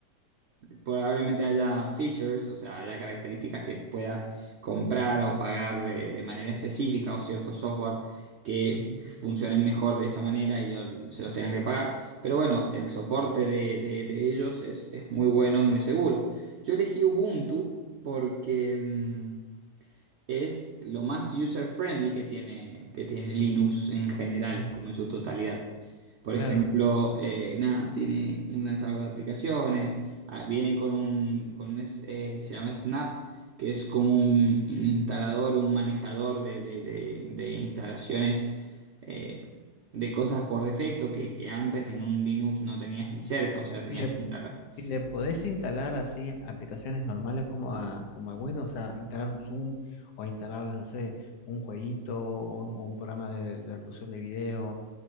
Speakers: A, on the right; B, on the left.
A: probablemente haya features, o sea, haya características que pueda comprar o pagar de, de manera específica o ciertos software que
B: ujú,
A: funcionen mejor de esta manera y yo se los tenga que pagar. Pero bueno, el soporte de, de- de ellos es, es muy bueno y muy seguro. Yo elegí Ubuntu porque... mm, es lo más user-friendly que tiene, que tiene Linux en general,
B: ujú,
A: como en su totalidad. Por
B: Claro.
A: ejemplo, eh, nada, tiene un lanzador de aplicaciones, ah, viene con un, con un es- eh, se llama Snap, que es como un, un instalador, un manejador de, de- de- de instalaciones eh, de cosas por defecto que, que antes en un Linux no tenías ni cerca, o sea, tenías
B: Y le,
A: que instalar.
B: y le podés instalar así aplicaciones normales como a, como a Windows, o sea, instalar un Zoom o instalar, no sé, un jueguito o, un o un programa de, de reproducción de video.